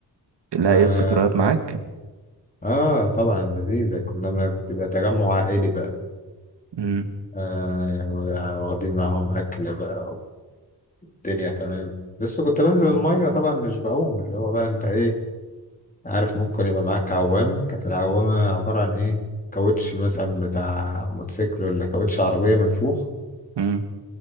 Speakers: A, on the right; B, on the left.
A: لا
B: آه,
A: ايه الذكريات معاك
B: آه آه، طبعا لذيذة كنا ما بتبقى تجمع عائلي بقى
A: امم
B: آه واخدين معاهم أكل بقى والدنيا تمام بس كنت بنزل المية طبعا مش بعوم اللي هو بقى أنت إيه عارف ممكن يبقى معاك عوامة كانت العوامة عبارة عن إيه كاوتش مثلا بتاع موتوسيكل ولا كاوتش عربية منفوخ
A: امم